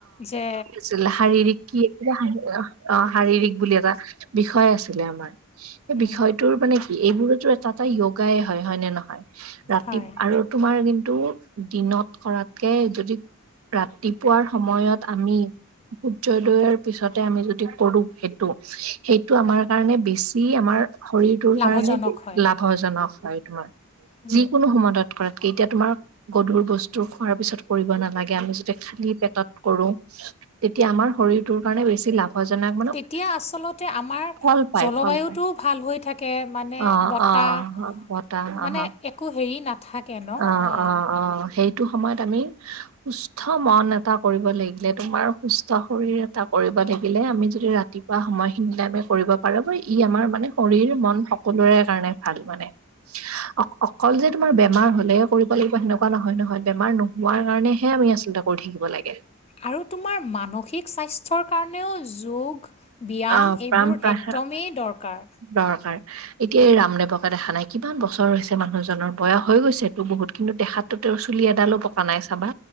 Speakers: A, on the left; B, on the right.
A: যে
B: আছিল শাৰীৰিক কি অ' শাৰীৰিক বুলি এটা বিষয় আছিলে আমাৰ। সেই
A: উম,
B: বিষয়টোৰ মানে কি, এইবোৰতো এটা এটা য়োগাই হয়, হয় নে নহয়? ৰাতি
A: হয়
B: আৰু তোমাৰ কিন্তু দিনত কৰাতকে যদি ৰাতি পুৱাৰ সময়ত আমি সূৰ্যোদয়ৰ পিছতে আমি যদি কৰো সেইটো, সেইটো আমাৰ কাৰণে বে ছি আমাৰ শৰীৰটোৰ
A: লাভজনক
B: কাৰণে
A: হয়
B: লাভজনক হয় তোমাৰ।
A: উম,
B: যিকোনো সমাধান কৰাত। এতিয়া তোমাৰ গধুৰ বস্তু খোৱাৰ পিছত কৰিব নালাগে, আমি যেতিয়া খালি পেটত কৰো। তেতিয়া আমাৰ শৰীৰটোৰ কাৰণে বেছি লাভজনক মানে,
A: তেতিয়া আচলতে আমাৰ
B: ফল পায়
A: জলবায়ুটোও
B: ফল পায়।
A: ভাল হৈ থাকে মানে
B: অঁ
A: বতাহ
B: অঁ বতা
A: মানে
B: অঁ
A: একো হেৰি নাথাকে ন
B: অঁ
A: আহ,
B: অঁ অঁ সেই টো সময়ত আমি, সুস্থ মন এটা কৰিব লাগিলে তোমাৰ সুস্থ শৰীৰ কৰিব থাকিলে, আমি যদি ৰাতিপুৱা সময়খিনি মিলাই আমি কৰিব পাৰো ই আমাৰ মানে শৰীৰ মন সকলোৰে কাৰণে ভাল মানে অ অ অকল যে তোমাৰ বেমাৰ হ'লেহে কৰিব লাগিব সেনেকুৱা নহয় নহয়, বেমাৰ নহোৱাৰ কাৰণেহে আমি আচলতে কৰিব থাকিব লাগে।
A: আৰু তোমাৰ মানসিক স্বাস্থ্যৰ কাৰণেও যোগ, ব্যায়াম
B: অ',
A: এইবোৰ
B: প্ৰাণ প্ৰাণ
A: একদমেই দৰকাৰ।
B: দৰকাৰ, এতিয়া এই ৰামদেৱকে দেখা নাই, কিমান বছৰ হৈছে মানুহজনৰ বয়স হৈ গৈছে টো বহুত কিন্তু দেখাতো তেওঁ চুলি এডালো পকা নাই চাবা